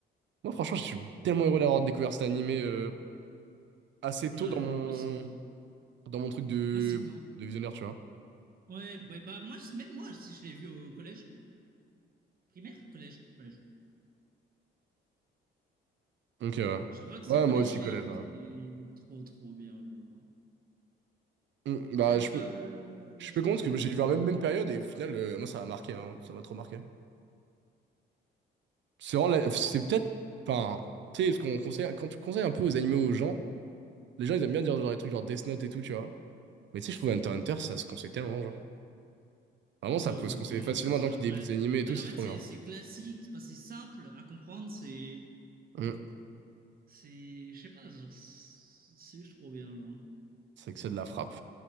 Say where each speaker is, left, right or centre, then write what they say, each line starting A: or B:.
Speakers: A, on the right; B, on the right.
A: moi, franchement, je suis tellement heureux d'avoir découvert cet animé euh, assez
B: Ouais,
A: tôt dans mon,
B: bah, moi, c'est...
A: dans mon truc de,
B: Moi, c'est dans...
A: de visionnaire, tu vois.
B: Ouais, bah, bah, moi, c'est- même moi, si je l'ai vu au collège. Primaire? Collège. Collège.
A: Donc, euh,
B: Je crois que
A: ouais,
B: c'est le collège
A: moi aussi,
B: que j'avais
A: collège,
B: vu.
A: là.
B: C'était trop, trop bien, genre.
A: Mm, bah,
B: Je sais même
A: je
B: pas,
A: peux,
B: euh,
A: je
B: ouais,
A: peux
B: je
A: comprendre
B: pense que je
A: parce
B: le
A: que
B: mets dans
A: j'ai
B: mon.
A: vu la même, même période et au final, euh, moi, ça m'a marqué, hein, ça m'a trop marqué. C'est vraiment la- c'est peut-être, enfin, tu sais, ce qu'on conseille, quand tu conseilles un peu aux animés aux gens, les gens, ils aiment bien dire genre des trucs genre Death Note et tout, tu vois. Mais tu sais, je trouve Hunter x Hunter, ça se conseille tellement, genre. Vraiment, ça
B: Ah oui,
A: peut se conseiller
B: oui, clairement.
A: facilement
B: C'est
A: à des gens qui
B: un
A: débutent
B: cla-
A: les animés et tout,
B: Enfin,
A: c'est
B: en fait,
A: trop
B: c'est
A: bien.
B: c'est classique, c'est c'est simple à comprendre, c'est.
A: Mm.
B: C'est. Je sais pas, genre, c'est juste trop bien, genre.
A: C'est que c'est de la frappe.